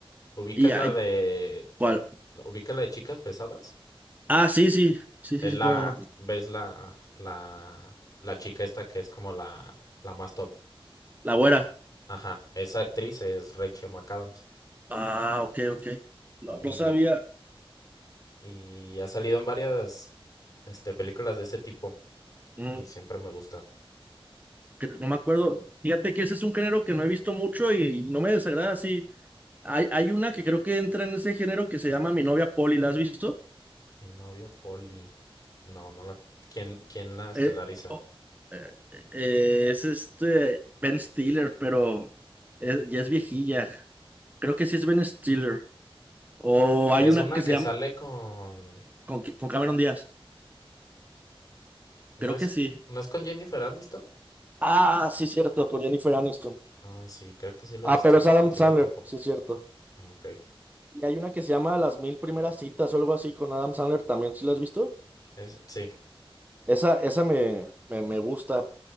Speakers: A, on the left; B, on the right.
A: ¿Ubicas
B: Y,
A: la de
B: ¿Cuál?
A: ubica la de chicas pesadas.
B: Ah, sí, sí, sí,
A: Es
B: sí,
A: la,
B: sí, cómo no.
A: ves la, la, la chica esta que es como la, la más top.
B: La güera.
A: Ajá, esa actriz es Rachel McAdams.
B: Ah, ok, ok. No,
A: Y,
B: no sabía.
A: y ha salido en varias este, películas de ese tipo.
B: Mm,
A: Y siempre me gustan.
B: que- no me acuerdo. Fíjate que ese es un género que no he visto mucho y, no me desagrada así. Hay, hay una que creo que entra en ese género que se llama Mi novia Polly, ¿la has visto?
A: Mi novia Polly. No, no la. ¿Quién, quién la estelariza?
B: Eh, oh, eh, eh, es este Ben Stiller, pero es- ya es viejilla. Creo que sí es Ben Stiller. O hay
A: Es
B: una
A: una
B: que se
A: que
B: llama
A: sale con.
B: con, con Cameron Díaz.
A: ¿No
B: Creo
A: es,
B: que sí.
A: ¿no es con Jennifer Aniston?
B: Ah, sí, cierto, con Jennifer Aniston.
A: Ah, sí, creo que sí la
B: Ah,
A: he visto.
B: pero es Adam
A: Sí
B: Sandler,
A: la topo.
B: sí es cierto.
A: Mm, Ok.
B: Y hay una que se llama Las mil primeras citas o algo así con Adam Sandler también, ¿sí la has visto?
A: Es, sí,
B: Esa, esa me, me, me gusta,